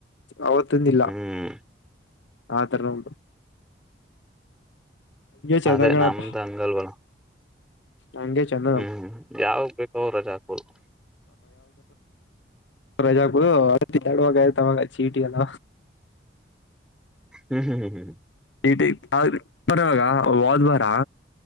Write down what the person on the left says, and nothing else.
ಅವತ್ತಂದಿಲ್ಲ
ಆತರ ಉಂಟು ಚಂದ
ಕಣಪ್ಪ
ಹಂಗೆ ಚಂದ
ರಜಾಗಳು ಎಡುವಾಗ ಆಯತವಾಗ ಚೀಟಿ ಎಲ್ಲ
ಇ ಪರವಾಗ ಹೋದ್ ವಾರ